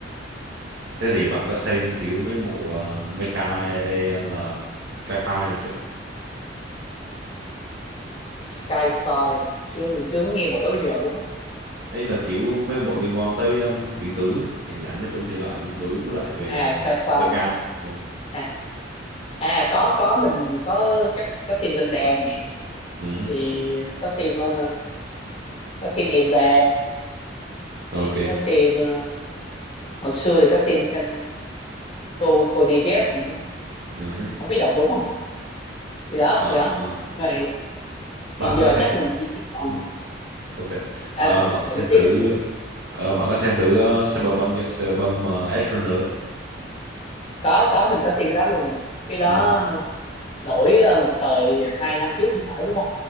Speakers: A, on the right (about 65°); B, on the left (about 35°).
A: Thế thì bạn có xem kiểu mấy bộ uh, Mecha hay ờ, là Skyfire được chưa?
B: sci-fi rồi. chưa mình chưa nghe bộ đó bây giờ luôn á
A: Ấy là kiểu mấy bộ liên quan tới um, viễn tưởng, hiện dạng nó trong thể loại viễn tưởng với lại về
B: à sci-fi
A: uh, Mecha. Ừ.
B: à à có có mình có chắc có xem Gundam nè
A: Ừ. hứ.
B: thì có xem ờ, có xem Eva
A: Ok.
B: có xem ờ, hồi xưa thì có xem thêm cô cô đi nữa
A: Ừ. hứ.
B: không biết đọc đúng không thì đó
A: Ờ,
B: thì đó
A: ờ.
B: vậy hiện
A: bạn
B: giờ
A: có xem
B: chắc mình chỉ chỉ còn
A: ừ. Ok.
B: à,
A: Ờ, bạn
B: bạn
A: xem
B: nói tiếp
A: thử
B: bạn nói
A: ờ,
B: tiếp đi.
A: ờ, bạn có xem thử ờ, Cyberpunk chưa? Cyberpunk mà Edge Runner. á.
B: có có mình có xem cái đó luôn rồi cái đó
A: Ừ.
B: nổi ờ, một thời hai năm trước thì phải đúng không